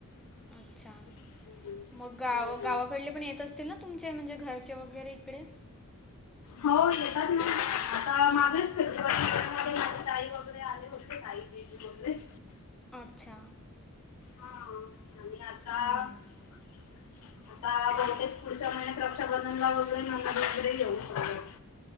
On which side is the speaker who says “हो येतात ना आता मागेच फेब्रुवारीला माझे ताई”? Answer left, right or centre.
Left